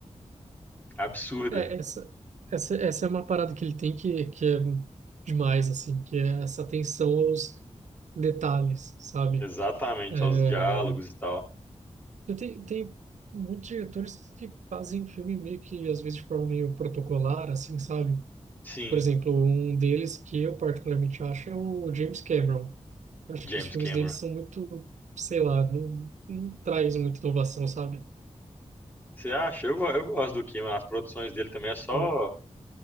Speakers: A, on the left; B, on the right.
A: absurda.
B: É, essa, essa, essa é uma parada que ele tem que, que é demais, assim, que é essa atenção aos detalhes, sabe?
A: Exatamente,
B: É,
A: aos diálogos e tal.
B: eu tenho tem muitos diretores que fazem filme meio que, às vezes, de forma meio protocolar, assim, sabe?
A: Sim,
B: Por exemplo, um deles que eu particularmente acho é o James Cameron. Acho
A: James
B: que os filmes
A: Cameron.
B: dele são muito, sei lá, não, não traz muita inovação, sabe?
A: Você acha? Eu, go- eu gosto do Cameron. As produções dele também é só
B: Hum,